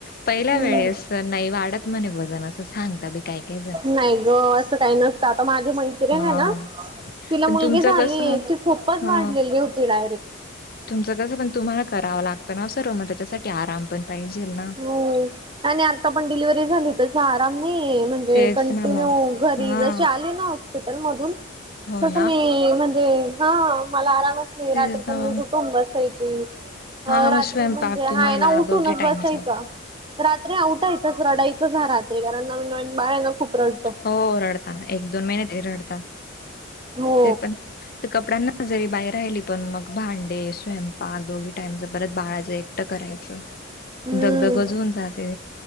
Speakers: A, on the left; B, on the right.
A: पहिल्या
B: हम्म
A: वेळेस नाय वाढत म्हणे वजन. असं सांगता बाई काय काय ज
B: नाही ग. असं काही नसतं. आता माझी मैत्रीणे
A: हा
B: ना. तिला
A: पण
B: मुलगी
A: तुमचं
B: झालीय.
A: कसं
B: ती खूपच
A: ह
B: वाढलेली होती डायरेक्ट.
A: तुमचं कसं पण. तुम्हाला करावं लागतं ना सर्व. म त्याच्यासाठी. आराम पण पहिजेल ना. ह
B: हो.
A: <inaudible>
B: आणि आता पण डिलिव्हरी झाली तस, आराम नाहीये. म्हणजे
A: तेच
B: कंटिन्यू
A: ना मग
B: घरी
A: हा
B: जसे आले ना. मधुन.
A: हो
B: तस
A: ना
B: मी, म्हणजे हा. मला आरामच
A: तेच
B: रात्री पण
A: ना मग
B: मी उठून बसायची.
A: हा मग
B: रात्री
A: स्वयंपाक
B: म्हणजे हा
A: तुम्हाला
B: य ना उठूनच
A: दोघी
B: बसाय
A: टाइमचा
B: चा. रात्री हा आठायचाच. रडायचच हा रात्री. कारण नवीन नवी बाळेना खूप रड
A: हो रडतान. एक दोन महिने लइ रडतात.
B: हो
A: ते पण ते कपड्यांना जरी बाई राहिली पण, मग भांडे. स्वयंपाक. दोघी टाइमच परत बाळाच एकटं करायचं.
B: हम्म.
A: दगदग च होऊन जाते.